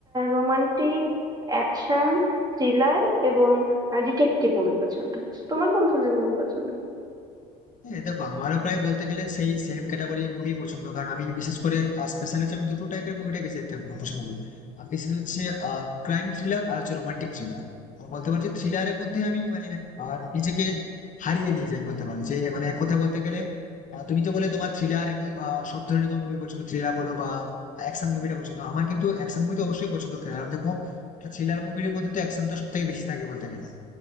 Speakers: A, on the right; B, on the left.
A: রোমান্টিক অ্যাকশন থ্রিলার এবং ডিটেকটিভ মুভি পছন্দ তোমার কোন ধরনের মুভি পছন্দ
B: হ্যাঁ দেখো আমারও প্রায় বলতে গেলে সেই সেম ক্যাটাগরি মুভি পছন্দ কারণ আমি বিশেষ করে স্পেশাল হচ্ছে আমি দুটো টাইপের মুভিটা বেশি দেখতে পছন্দ করি আমি বিশেষ হচ্ছে ক্রাইম থ্রিলার আর হচ্ছে রোমান্টিক থ্রিলার বলতে পারছি থ্রিলারের মধ্যে আমি মানে আহ, নিজেকে হারিয়ে নিয়ে যাই বলতে পারি যে মানে কথা বলতে গেলে আহ, তুমি তো বলে তোমার থ্রিলার এবং আহ, সব ধরনের তোমার মুভি পছন্দ থ্রিলার বলো বা অ্যাকশন মুভিটা পছন্দ আমার কিন্তু অ্যাকশন মুভি তো অবশ্যই পছন্দ কারণ দেখো থ্রিলার মুভির মধ্যে তো অ্যাকশন তো সব থেকে বেশি থাকে বলতে গেলে